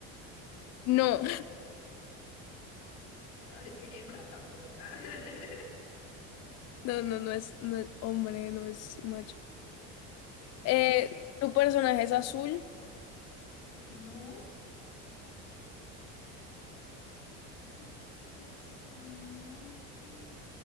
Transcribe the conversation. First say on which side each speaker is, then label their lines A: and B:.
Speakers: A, on the left; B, on the left.
A: No.
B: Ahora es que hembra tampoco. <laughs>
A: No, no, no es, no es hombre, no es macho.
B: Ok.
A: Eh, ¿tu personaje es azul?
B: No, tu personaje.